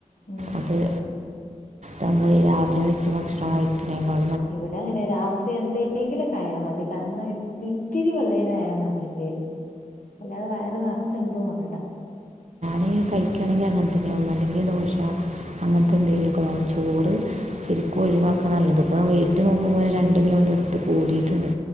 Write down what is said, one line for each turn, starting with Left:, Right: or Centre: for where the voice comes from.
Left: ഉം
Right: അതെ തമ്മൾ രാവിലെ വെച്ചഭക്ഷണം കഴിക്ക്ണത്തിന്ന് കുഴപ്പംഉ
Left: ഇവിടെ അങ്ങനെ രാത്രി എന്തെങ്കിലൊക്കെ ആയാൽ മതി കാരണം ഇൻ ഇത്തിരി വെള്ളയേലും ആയാൽ മതി എന്തേലും. അല്ലാതെ വയറ് നിറച്ച് എന്തും വേണ്ട.
Right: ങ്കിൽ കഴിക്കായാണെങ്കിൽ അങ്ങനത്തന്നെയാവും അല്ലെങ്കിൽ ദോശ അങ്ങനത്തെ എന്തെങ്കലുമൊക്കെയാകും
Left: ഉം
Right: ചോറ്- ശരിക്കും ഒഴിവാക്കാ നല്ലത് ഇപ്പൊ വെയിറ്റ് നോക്കുമ്പോ ഒരു രണ്ട് കിലോൻ്റെടുത്ത് കൂടി ട്ട്ണ്ട്.